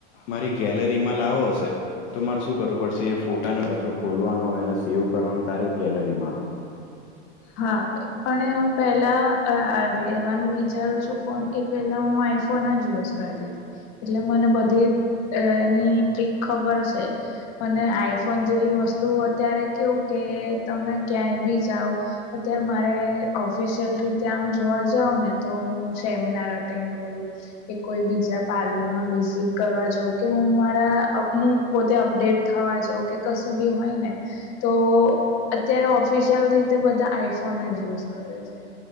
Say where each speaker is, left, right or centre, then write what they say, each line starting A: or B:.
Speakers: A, on the left (about 70°); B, on the left (about 50°).
A: મારી ગેલેરી માં લાવો હશે. તો મારે શું કરવું પડશે એ ફોટાને પાછો ખોલવાનો એને સેવ કરવાનો તારે ગેલેરીમાં આવે.
B: હા એ... પણ હું પેલા લેવાનું વિચારું છું. ફોન એ પેલા હું આઈફોન જ યુશ કરતી તી જે મને બધુય એની ટ્રિક ખબર છે. અને આઈફોન જેવી વસ્તુ અત્યારે કેવું કે તમે ક્યાંય બીજા જાઓ. અત્યારે મારે ઓફિશિયલ રીતે આમ જોવા જાવ ને તો હું સેમિનાર અટેન્ડ કરું. કે કોઈ બીજા પાર્લરમાં વિઝિટ કરવા જો કે હું મારા <unintelligible> પોતે અપડેટ થવા જાવ કે કશું બી હોય ને. તો અત્યારે ઓફિશિયલ રીતે બધા આઈફોન જ યુઝ કરે છે.